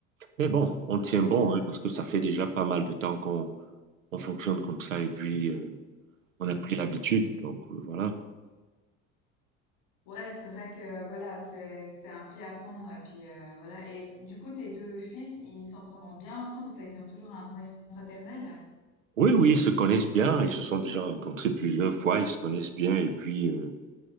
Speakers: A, on the right; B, on the left.
A: Mais bon, on tient
B: Mais
A: bon,
B: ouais.
A: hein, parce que ça fait déjà pas mal de temps qu'on on fonctionne comme ça et puis euh, on a pris l'habitude. Donc euh, voilà.
B: Ouais, c'est vrai que voilà, c'est c'est un pli à prendre et puis euh, voilà. Et du coup, tes deux fils, ils s'entendent bien ensemble. Enfin, ils ont toujours un bon lien fraternel.
A: Oui, oui, ils se connaissent bien, ils se sont déjà rencontrés plusieurs fois, ils se connaissent bien et puis, euh,